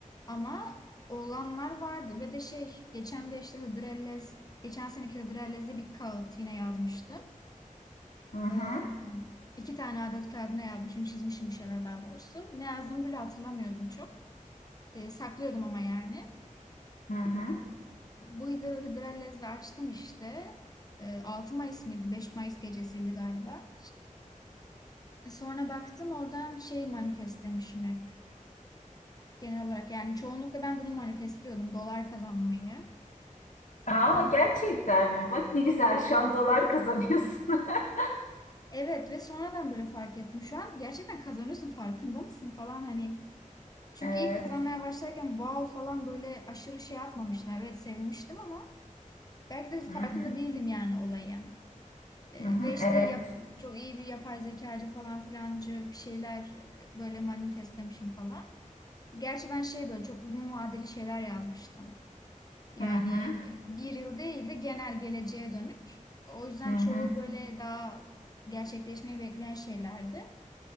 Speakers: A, on the left (about 30°); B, on the left (about 65°).
A: Ama olanlar vardı ve de şey geçen de işte Hıdrellez geçen seneki Hıdrellez'de bir kağıt yine yazmıştım.
B: Hı hı
A: Ee, iki tane adet kağıdına yazmışım çizmişim bir şeyler daha doğrusu. Ne yazdığımı bile hatırlamıyordum çok. Ee, saklıyordum ama yani.
B: hı hı.
A: Bu Hıdr Hıdrellez'de açtım işte. Ee, 6 Mayıs mıydı? beş Mayıs gecesiydi galiba. Ee, Sonra baktım oradan şey manifestlemişim hep. Genel olarak yani çoğunlukla ben bunu manifestliyordum. Dolar kazanmayı.
B: Aa gerçekten mi? Bak ne
A: Çok
B: güzel şu an dolar kazanıyorsun. <laughs>
A: Evet ve sonradan böyle fark ettim. Şu an gerçekten kazanıyorsun farkında mısın falan hani. Çünkü
B: Evet.
A: ilk kazanmaya başlarken wow falan böyle aşırı şey yapmamıştım. Evet sevinmiştim ama belki de farkında
B: Hı hı
A: değildim yani olayın. Ee,
B: hı hı.
A: ve işte
B: Evet.
A: yap, çok iyi bir yapay zekacı falan filancı bir şeyler e, böyle manifestlemişim falan. Gerçi ben şey böyle çok uzun vadeli şeyler yazmıştım. Yani
B: Hı hı
A: bir yıl değil de genel geleceğe dönük. O yüzden
B: hı hı.
A: çoğu böyle daha gerçekleşmeyi bekleyen şeylerdi.